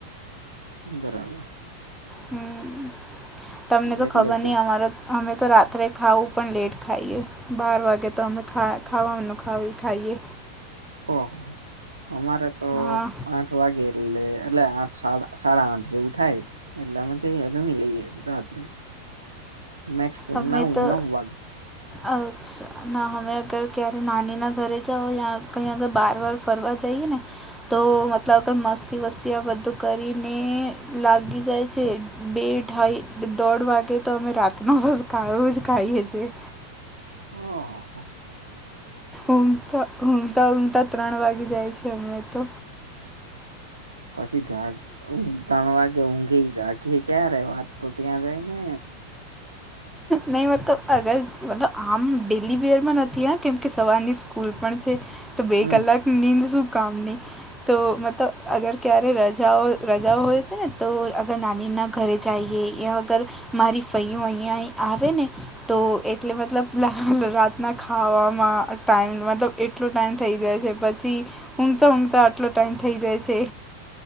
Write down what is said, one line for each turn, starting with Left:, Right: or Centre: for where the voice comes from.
Right: બરાબર.
Centre: હમ. તમને તો
Right: એટલે
Centre: ખબર
Right: કે
Centre: નહીં અમારો અમે તો રાત્રે ખાવું પણ લેટ ખાઈએ. બાર વાગે તો અમે <unintelligible> ખાવાનુ ખાઈએ.
Right: ઓહ અમારે તો
Centre: હા
Right: આઠ આઠ વાગે એટલે એટલે આઠ સાડા આઠ જેવું થાય. એટલ એમ તો‌ જમી ‌લઈએ રાત્રે. મેક્સિમમ
Centre: અમે
Right: નવ
Centre: તો
Right: નવ વાગે
Centre: આજ ના અમે અગર ક્યારે નાનીના ઘરે જાઓ યા કઈ અગર બાર વાર ફરવા જઈએ ને તો મતલબ અગર મસ્તી વસ્તી આ બધું કરીને લાગી જાય છે. બેઠાઈ દોઢ વાગે તો અમે રાતનો બસ ખાવાનું જ ખાઈએ છીએ.
Right: ઓહોહ
Centre: ઉંધ તા ઉંધ ત્રણ વાગી જાય છે અમને તો.
Right: પછી જ ત્રણ વાગે ઊંઘે જાગી ક્યારે વાત તો ત્યાં જઈને
Centre: નહી મતલબ અગર મતલબ આમ ડેલી વરમાં નથી આ કેમ કે સવારની સ્કૂલ પણ છે તો બે
Right: હમ
Centre: કલાક નીંદ શું કામ ની? તો મતલબ અગર ક્યારે રજાઓ રજાઓ હોય છે ને તો અગર નાનીના ઘરે જઈએ એહીંયા વગર મારી ફઈઓ અહીંયા આવે ને તો એટલે મતલબ રાતના ખાવામાં ટાઈમ મતલબ એક આટલો ટાઈમ થઈ જાય છે પછી ઊંઘ તો ઊંઘ તો આટલો ટાઈમ થઈ જાય છે.